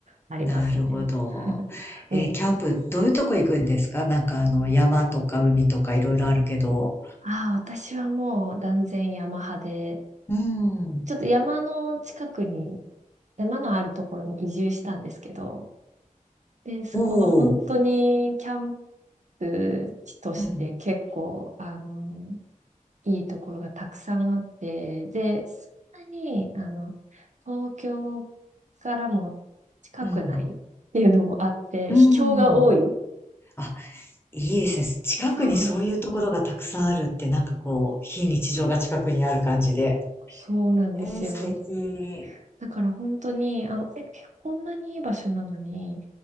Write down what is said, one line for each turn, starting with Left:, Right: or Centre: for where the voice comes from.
Right: ありますね。
Left: なるほど。
Right: <laughs> うん。
Left: えーキャンプ、
Right: <laughs>
Left: どういうとこ行くんですかなんかあの、山とか海とかいろいろあるけど。
Right: ああ、私はもう断然山派で、
Left: うん。
Right: ちょっと山の近くに、山のあるところに移住したんですけど、で、そこが本当にキャン
Left: おお、
Right: プ地として結構、
Left: うん、
Right: あの、いいところがたくさんあって、で、そんなに、あの、東京からも近くないっていうのもあって、
Left: うん、うん。
Right: 秘境が多い。
Left: あ、いいですね。近くにそういうところがたくさんあるって、
Right: さあ、
Left: なんかこう、非日常が近くにある感じで。
Right: そうなんですよ。
Left: えー、素敵。
Right: だから本当に、あの、え、こんなにいい場所なのに、